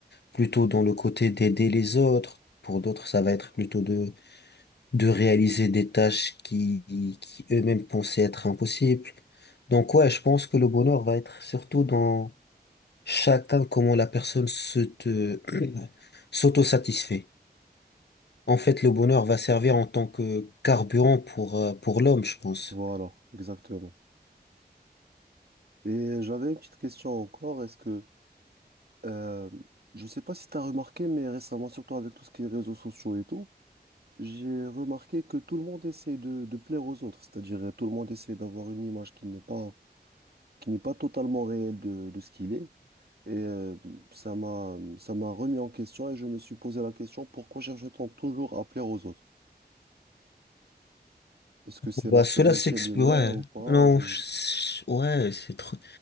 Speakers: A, on the left; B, on the right.
A: plutôt dans le côté d'aider les autres. Pour d'autres, ça va être plutôt de, de réaliser des tâches qui, qui eux-mêmes pensaient être impossibles. Donc ouais, je pense que le bonheur va être surtout dans chacun, comment la personne se te, <clears throat> s'auto-satisfait. En fait, le bonheur va servir en tant que carburant pour, euh, pour l'homme, je pense.
B: Voilà, exactement. Et j'avais une petite question encore. Est-ce que, euh, je sais pas si tu as remarqué, mais récemment, surtout avec tout ce qui est réseaux sociaux et tout, j'ai remarqué que tout le monde essaie de, de plaire aux autres. C'est-à-dire, euh, tout le monde essaie d'avoir une image qui n'est pas, qui n'est pas totalement réelle de, de ce qu'il est. Et euh, ça m'a, ça m'a remis en question et je me suis posé la question, pourquoi cherche-t-on toujours à plaire aux autres? Est-ce que c'est
A: Bah,
B: naturel
A: cela s'explique,
B: chez l'humain
A: ouais.
B: ou pas?
A: Non,
B: Je...
A: je- ouais, c'est trop,